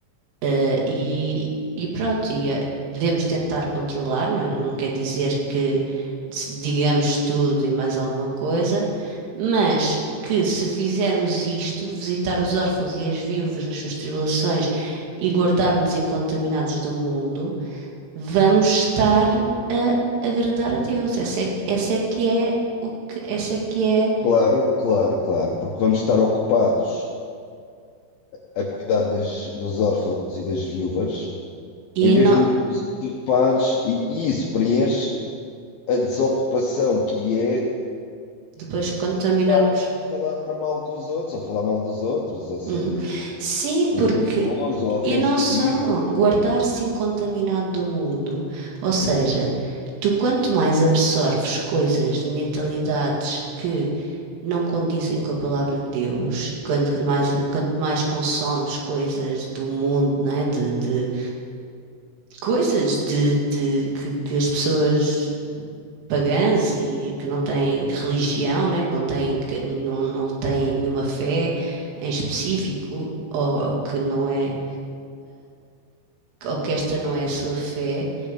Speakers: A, on the right; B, on the left.
A: E, e pronto, e, eh, devemos tentar controlar, não, é? não quer dizer que se digamos tudo e mais alguma coisa, mas que se fizermos isto, visitar os órfãos e as viúvas nas suas tribulações e guardar-nos incontaminados do mundo, vamos estar a agradar a Deus. Essa é, que- essa é que é o que, essa é que é,
B: Claro, claro, claro, porque vamos estar ocupados a cuidar das, dos órfãos e das viúvas,
A: e
B: em vez
A: não,
B: de metermos ocupados, e, isso preenche a desocupação, que é
A: depois contaminarmos.
B: falar, falar mal com os outros, ou falar mal dos outros, ou ser
A: Uhum.
B: eh,
A: Sim, porque
B: insultuoso, ou ofensivo,
A: E não só,
B: ou o que
A: guardar-se
B: for.
A: incontaminado do mundo, ou seja, tu quanto mais absorves coisas e mentalidades que não condizem com a palavra de Deus, e quando, quando mais, quanto mais consomes coisas do mundo, né, de, de coisas de, de- que, que as pessoas pagãs e que não têm religião, né, que não têm, que não, não têm nenhuma fé em específico, ou, ou que não é, ou que esta não é a sua fé